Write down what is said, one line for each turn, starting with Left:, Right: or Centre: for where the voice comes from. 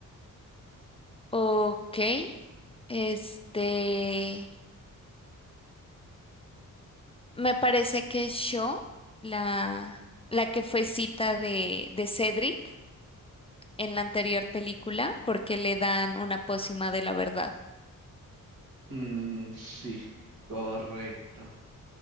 Left: Ok, este, me parece que yo, la, la que fue cita de, de Cedric en la anterior película, porque le dan una pócima de la verdad.
Right: Mm, sí, correcto.